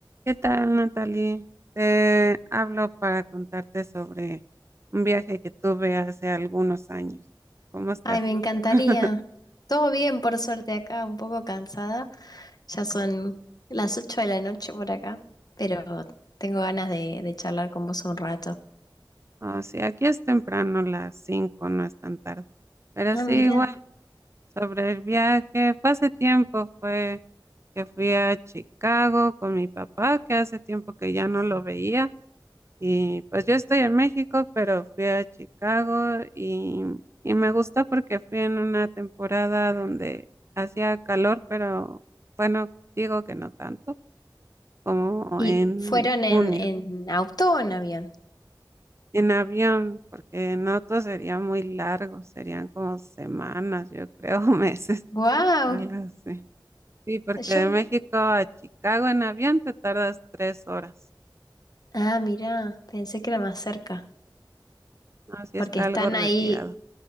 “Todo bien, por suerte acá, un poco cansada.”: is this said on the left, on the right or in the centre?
Left